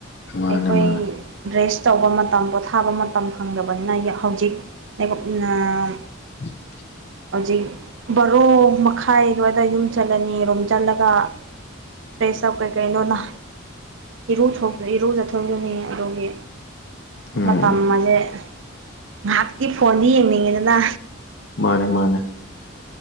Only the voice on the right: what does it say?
ꯑꯩꯈꯣꯏ
ꯔꯦꯁ ꯇꯧꯕ ꯃꯇꯝ ꯄꯣꯊꯥꯕ ꯃꯇꯝ ꯐꯪꯗꯕꯅꯤꯅ ꯍꯧꯖꯤꯛ <unintelligible>
ꯍꯧꯖꯤꯛ ꯕꯥꯔꯣ ꯃꯈꯥꯏ ꯈꯥꯏꯗꫭ ꯑꯗꯥꯏ ꯌꯨꯝ ꯆꯠꯂꯅꯤ ꯔꯨꯝ ꯆꯠꯂꯒ ꯐ꯭ꯔꯦꯁ ꯑꯞ ꯀꯩꯀꯩꯅꯣ ꯅ ꯏꯔꯨ ꯏꯔꯨ ꯆꯊꯣꯛꯒꯅꯤ ꯑꯗꯨꯒꯤ
ꯃꯇꯝ ꯑꯁꯦ ꯉꯥꯏꯍꯥꯛꯇꯤ ꯐꯣꯟꯗꯤ ꯌꯦꯡꯅꯤꯡꯉꯤꯗꯅ